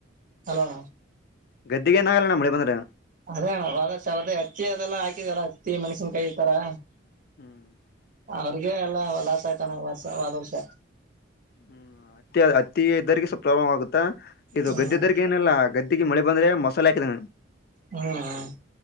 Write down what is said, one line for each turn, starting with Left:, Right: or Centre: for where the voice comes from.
Right: ಅಲಣ
Left: ಗದ್ದಿಗೇನಾಗಲ್ಲ ಅಣ್ಣ ಮಳೆ ಬಂದ್ರ
Right: ಅದೇ ಅಣ ಹೋದ ವರ್ಷ ಅವ್ರ್ದೇ ಅಕ್ಕಿ ಅದೆಲ್ಲ ಹಾಕಿದ್ಯಲ ಹತ್ತಿ ಮೆಣಸಿನ್ ಕಾಯಿ ಇತರಾ
Left: <inaudible>
Right: ಅವ್ರಿಗೆ ಎಲ್ಲ ಲಾಸ್ ಆಯ್ತನ ವರ್ಷ ಹ್ವಾದ್ ವರ್ಷ
Left: ಹ್ಮ್ ಅತ್ತಿಯಾ ಅತ್ತಿ ಇದ್ದವ್ರಿಗ್ ಸ್ವಲ್ಪ ಪ್ರಾಬ್ಲಮ ಆಗುತ್ತ ಇದು
Right: ಹ್ಮ್
Left: ಗದ್ದೆದರ್ರಿಗೆ ಏನಿಲ್ಲ ಗದ್ ಟ್ಟಿಗೆ ಮಳೆ ಬಂದ್ರೆ ಮಸಾಲೆ ಹಾಕಿದ್ನ
Right: ಹ್ಮ್ ಹ್ಮ್